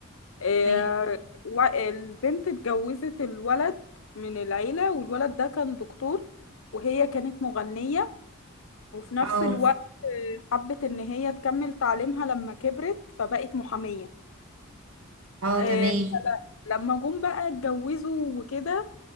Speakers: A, on the left; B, on the right.
A: آه،
B: تمام
A: و- البنت اتجوزت الولد من العيلة والولد ده كان دكتور وهي كانت مغنية وفي نفس
B: اه
A: الوقت آه، حبت إن هي تكمل تعليمها لما كبرت فبقت محامية
B: اه
A: آه،
B: تمام
A: فل- لما جم بقى اتجوزوا وكده